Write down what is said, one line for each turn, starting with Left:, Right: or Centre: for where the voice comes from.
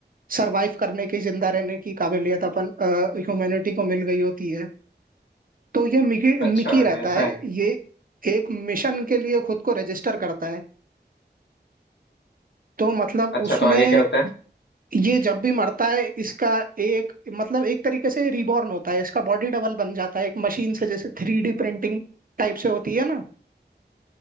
Right: सरवाइव करने की जिंदा रहने की काबिलियत अपन ह्यूमैनिटी को मिल गई होती है तो ये मिकी
Left: अच्छा
Right: मिकी रहता
Left: ऐसा
Right: है
Left: है
Right: ये एक मिशन के लिए खुद को रजिस्टर करता है तो मतलब
Left: अच्छा
Right: उसमें
Left: तो आगे क्या होता है
Right: ये जब भी मरता है इसका एक मतलब एक तरीके से रिबॉर्न होता है इसका बॉडी डबल बन जाता है एक मशीन से जैसे थ्री डी प्रिंटिंग टाइप से होती है ना